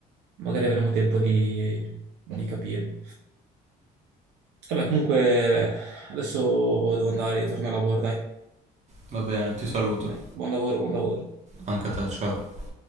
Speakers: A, on the right; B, on the right.
A: magari avremo tempo di, di capire. Vabbè, comunque adesso devo andare, io torno al lavoro, dai.
B: Va bene, ti saluto.
A: Eh, buon lavoro, buon lavoro.
B: Anche a te, ciao.